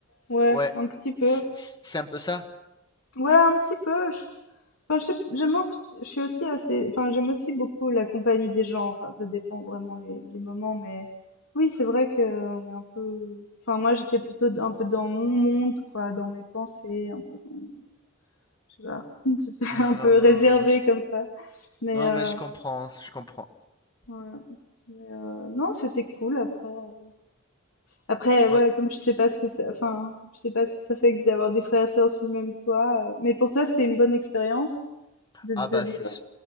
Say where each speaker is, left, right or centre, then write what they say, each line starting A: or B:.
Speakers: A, on the left (about 80°); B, on the left (about 20°).
A: Ouais,
B: Ouais,
A: un petit peu.
B: c- c- c'est un peu ça?
A: Ouais, un petit peu. Je... Enfin, je sais- j'aime, obs- je suis aussi assez, enfin, j'aime aussi beaucoup la compagnie des gens. Enfin, ça dépend vraiment les, les moments, mais oui, c'est vrai que on est un peu. Enfin, moi, j'étais plutôt d- un peu dans mon monde, quoi, dans mes pensées, un peu dans, je sais pas, <laughs> j'étais
B: Ouais,
A: un peu
B: non, ben,
A: réservée
B: je-
A: comme ça. Mais,
B: non,
A: euh,
B: mais je comprends, je comprends.
A: ouais. Mais, euh, non, c'était cool. Après, euh, après, ouais,
B: Oui.
A: comme je sais pas ce que ça, enfin, comme je sais pas ce que ça fait que d'avoir des frères et sœurs sous le même toit. euh, Mais pour toi, c'était une bonne expérience de,
B: Ah
A: de
B: bah
A: vivre.
B: c'est su-